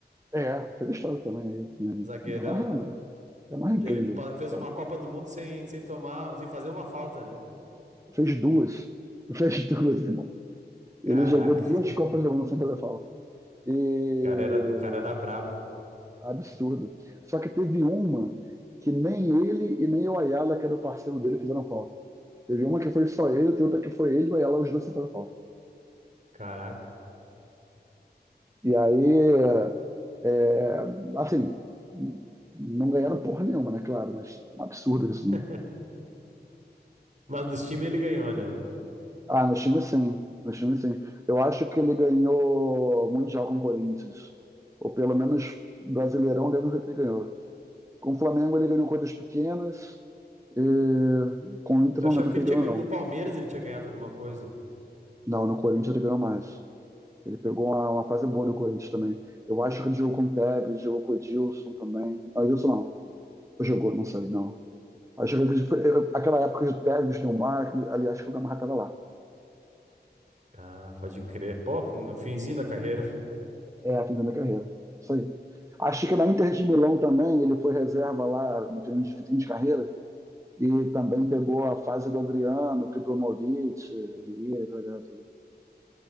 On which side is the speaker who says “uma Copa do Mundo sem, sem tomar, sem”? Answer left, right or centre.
Right